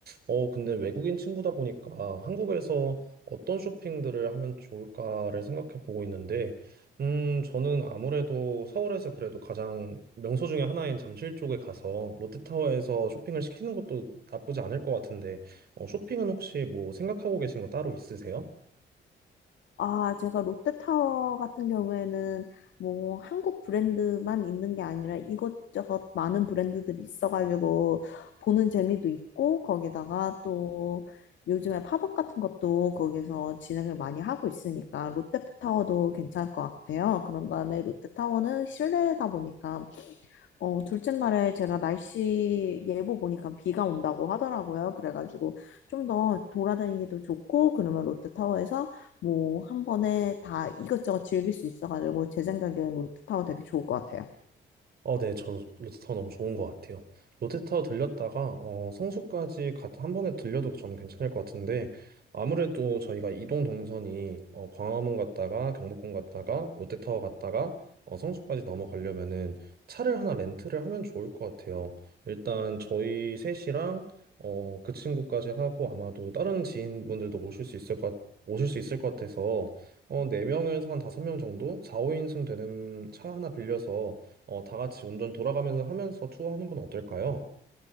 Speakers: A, on the right (about 50°); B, on the left (about 70°).
A: 어, 근데 외국인 친구다 보니까 한국에서 어떤 쇼핑들을 하면 좋을까를 생각해 보고 있는데, 음, 저는 아무래도 서울에서 그래도 가장 명소 중에 하나인 잠실 쪽에 가서 롯데타워에서 쇼핑을 시키는 것도 나쁘지 않을 것 같은데, 어, 쇼핑은 혹시 뭐 생각하고 계신 거 따로 있으세요?
B: 아, 제가 롯데타워 같은 경우에는 뭐 한국 브랜드만 있는 게 아니라 이것저것 많은 브랜드들이 있어가지고 보는 재미도 있고 거기다가 또 요즘에 팝업 같은 것도 거기서 진행을 많이 하고 있으니까 롯데타워도 괜찮을 것 같아요. 그런 다음에 롯데타워는 실내다 보니까 어, 둘째 날에 제가 날씨 예보 보니까 비가 온다고 하더라고요. 그래가지고 좀 더 돌아다니기도 좋고, 그러면 롯데타워에서 뭐 한 번에 다 이것저것 즐길 수 있어가지고 제 생각에는 롯데타워 되게 좋을 것 같아요.
A: 어, 네, 저 롯데타워 너무 좋은 것 같아요. 롯데타워 들렸다가 어, 성수까지 가- 한 번에 들려도 저는 괜찮을 것 같은데 아무래도 저희가 이동 동선이 어, 광화문 갔다가 경복궁 갔다가 롯데타워 갔다가 어, 성수까지 넘어가려면은 차를 하나 렌트를 하면 좋을 것 같아요. 일단 저희 셋이랑 어, 그 친구까지 하고 아마도 다른 지인분들도 오실 수 있을 것 같- 오실 수 있을 것 같아서 어, 4명에서 한 5명 정도 4, 5인승 되는 차 하나 빌려서 어, 다 같이 운전 돌아가면서 하면서 투어하는 건 어떨까요?